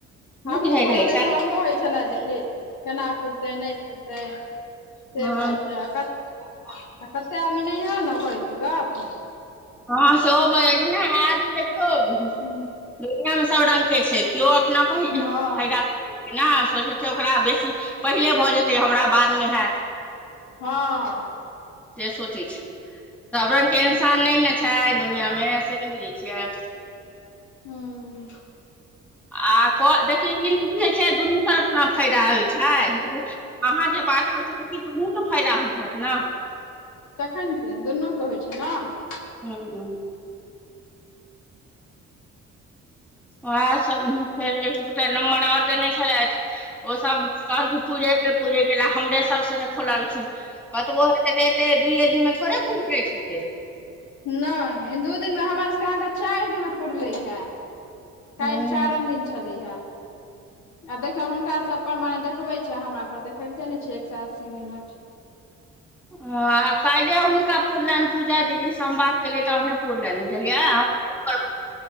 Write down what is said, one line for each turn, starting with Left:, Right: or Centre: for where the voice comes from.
Centre: नहि
Left: हमू
Centre: बुझाइत
Left: खोललिय
Centre: रहै छै
Left: तऽ हम हमरो होइ छले, जे कि केना पुरतै नहि पुरतै? से
Centre: हँ
Left: होयत रहे, आ कते कते आदमी नहियो न करै छै गप।
Centre: हँ सेहो भो जै छै ने आदमी देखियौ दुनिया
Left: हूँ
Centre: मे सब रंग के छै केओ अपना प फायदा
Left: हँ
Centre: ना सोचै छै ओकरा बेसी पहिले भऽ जेतै हमरा बादमे हैत।
Left: हाँ
Centre: से सोचै छै, सब रंग के इंसान नहि ने छै, दुनिया मे से नहि बुझै छियै?
Left: हूं
Centre: आ को देखियौ होइ छै, दुनू तरफ न फायदा होइ छै। अहाँ जे बात करै छियै तऽ किछु अहूँके फायदा होइत छैथ न।
Left: तखन के दुनूके होइत छै न।
Centre: हुं उं उएह सब फेर एक दूटा नम्बर आओर देने छलैथ। ओसभ कहलखिन पूरे ग पूरे गेला हमरे सबसँ ने खोललखिन। कतबो होेतै तऽ एते दुइए दिनमे थोड़े पुरि जाइत हैतै?
Left: नहि दू दिनमे हमर सभके अहाँके चार दिनमे पुरले हे।
Centre: हूँ
Left: काइल चारम दिन छलैय। आ देखियौ हुनका सब पर मान देखबै छै, हमरा पर देखेबिते नहि छै एक सए अस्सी मिनट?
Centre: ह आ काएले हुनका पुरले हन पूजा दीदी हम बात केलियै तहने पुरलनि बुझलियै हमी त <unintelligible>